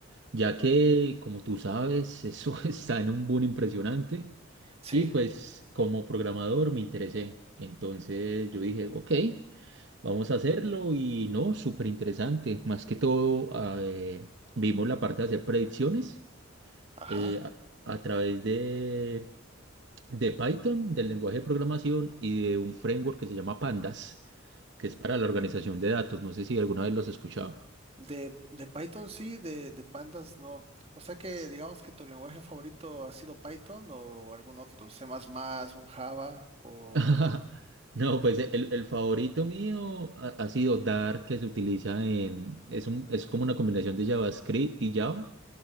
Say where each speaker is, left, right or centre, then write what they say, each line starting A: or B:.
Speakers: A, on the right; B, on the right.
A: ya que, como tú sabes, eso <laughs> está en un boom impresionante
B: sí,
A: y pues como programador me interesé, entonces yo dije, ok. Vamos a hacerlo y no, súper interesante. Más que todo, ah, eh, vimos la parte de hacer predicciones
B: ajá.
A: eh, a, a través de, de Python, del lenguaje de programación y de un framework que se llama Pandas, que es para la organización de datos. No sé si alguna vez los he escuchado.
B: De, de Python sí, de, de Pandas no. O sea que
A: S-
B: digamos que tu lenguaje favorito ha sido Python o algún otro, C++, un Java o...
A: <laughs> No, pues eh, el, el favorito mío ha, ha sido Dart, que se utiliza en, es un, es como una combinación de JavaScript y Java,